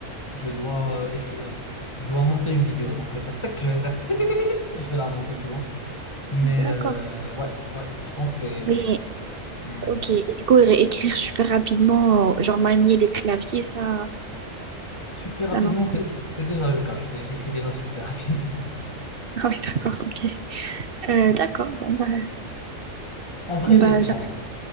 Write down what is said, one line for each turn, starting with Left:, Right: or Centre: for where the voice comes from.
Left: je dois euh, écrire, non, je dois monter une vidéo. Donc, je vais faire tac, je vais faire tic, tic, tic, tic, tic, tic, et je vais la monter, tu vois. Mais
Right: D'accord.
Left: euh, ouais, c'est- ouais, je pense que c'est
Right: Mais
Left: hmm.
Right: Ok, et du coup, é- écrire super rapidement, euh, genre manier les claviers, ça,
Left: super
Right: ça
Left: rapidement,
Right: non.
Left: c'est c'est déjà le cas. Je l'ai- J'écris déjà super <laughs> rapidement.
Right: <laughs> Ah oui, d'accord, ok. Euh, d'accord, bon, bah,
Left: En vrai,
Right: bah
Left: les, bon,
Right: j'ai appris